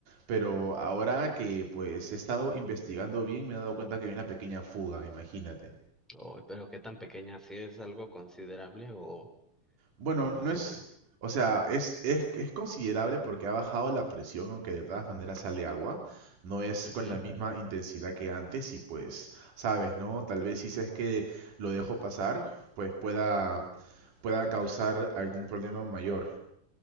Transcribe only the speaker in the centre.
Ay, pero ¿qué tan pequeña? ¿Sí es algo considerable o,
o más
o menos?
Ujú,